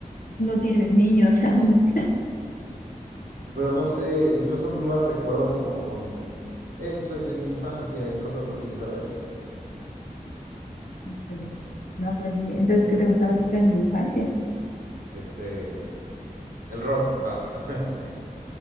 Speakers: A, on the left; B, on the right.
A: no tienes niños <laughs> aún.
B: Pero no sé, incluso no las recuerdo como con esto es de mi infancia y cosas así, ¿sabes?
A: Híjole. No, pues sí. Entonces, ¿qué te gustaba escuchar en tu infancia?
B: Este, el rock. Ah. <laughs>